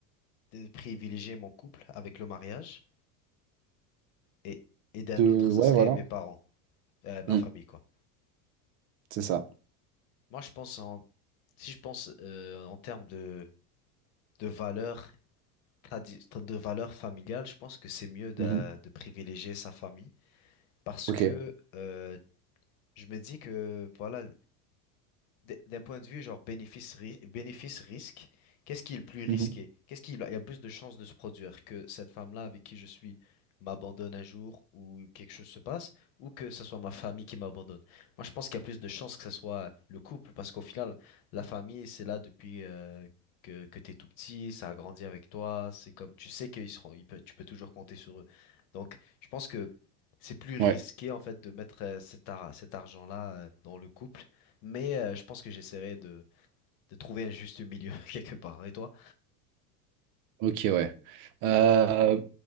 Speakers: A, on the left; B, on the right.
A: de privilégier mon couple avec le mariage, et, et d'un
B: De...
A: autre, ça
B: Ouais,
A: serait
B: voilà.
A: mes parents, euh, ma
B: Mm,
A: famille, quoi.
B: C'est ça.
A: Moi, je pense en... Si je pense euh, en termes de de valeurs tradi- de valeurs familiales, je pense que c'est mieux de,
B: Mhm.
A: de privilégier sa famille parce
B: Ok.
A: que euh, je me dis que, voilà, d- d'un point de vue genre bénéfice-risque, bénéfice-risque, qu'est-ce qui est le plus risqué?
B: Mhm.
A: Qu'est-ce qui il y a plus de chances de se produire? Que cette femme-là avec qui je suis m'abandonne un jour ou quelque chose se passe, ou que ce soit ma famille qui m'abandonne. Moi, je pense qu'il y a plus de chances que ce soit le couple, parce qu'au final, la famille, c'est là depuis euh, que, que t'es tout petit, ça a grandi avec toi, c'est comme, tu sais qu'ils seront, ils peuvent- tu peux toujours compter sur eux. Donc, je pense que c'est plus risqué
B: Ouais.
A: en fait de mettre euh, cet ar- cet argent-là euh, dans le couple, mais euh, je pense que j'essaierai de, de trouver un juste milieu <laughs> quelque part. Et toi?
B: Ok, ouais. Euh,